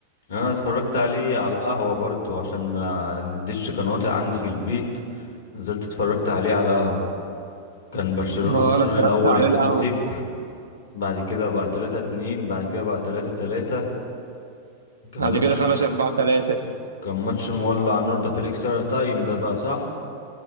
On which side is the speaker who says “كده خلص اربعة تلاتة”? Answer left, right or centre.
Right